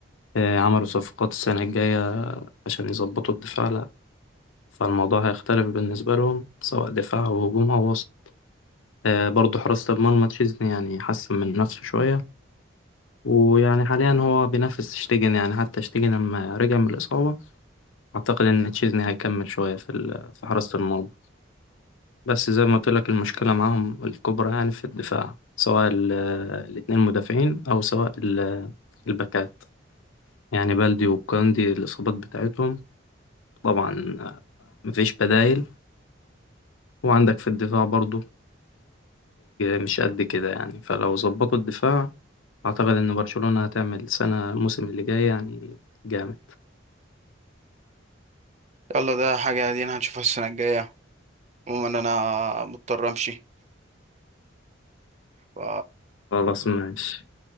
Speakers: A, on the left; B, on the right.
A: آه، عملوا صفقات السنة الجاية عشان يظبطوا الدفاع لا فالموضوع هيختلف بالنسبة لهم سواء دفاع أو هجوم أو وسط آه، برضه حراسة المرمى تشيزني يعني حسن من نفسه شوية ويعني حاليا هو بينافس شتيجن يعني حتى شتيجن لما رجع من الإصابة أعتقد إن تشيزني هيكمل شوية في ال- في حراسة المرمى بس زي ما قلت لك المشكلة معاهم الكبرى يعني في الدفاع سواء ال- الاتنين مدافعين أو سواء ال- الباكات يعني بلدي وكاندي الإصابات بتاعتهم طبعا مفيش بدايل وعندك في الدفاع برضو مش قد كده يعني فلو ظبطوا الدفاع أعتقد إن برشلونة هتعمل سنة الموسم اللي جاي يعني جامد
B: يلا ده حاجة دي هنشوفها السنة الجاية عموما انا مضطر امشي ف
A: خلاص ماشي